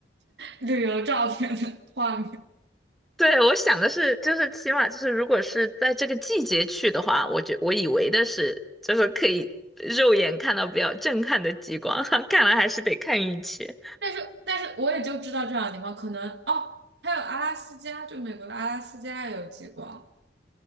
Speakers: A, on the right; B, in the centre.
A: 旅游照片的画面。
B: 对我想的是，就是起码就是如果是在这个季节去的话，我觉我以为的是就是可以肉眼看到比较震撼的极光，<laughs> 看来还是得看运气。
A: 但是，但是我也就知道这两个地方，可能哦，还有阿拉斯加，就美国的阿拉斯加也有极光，